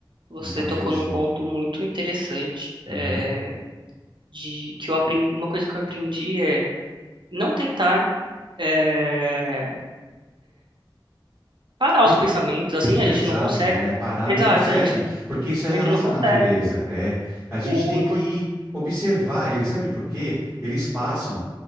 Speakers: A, on the right; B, in the centre.
A: você
B: Então,
A: tocou
B: quer dizer.
A: num ponto muito interessante,
B: aham.
A: é, de que eu aprendi, uma coisa que eu aprendi é não tentar. é, parar
B: Repre-
A: os pensamentos, assim,
B: Represá-los,
A: a gente não consegue.
B: né? É parar,
A: Exato,
B: não consegue,
A: a gente,
B: porque isso é
A: a
B: da
A: gente
B: nossa
A: não consegue.
B: natureza. É, a gente
A: O
B: tem
A: impor-
B: que observar eles, sabe por quê? Eles passam.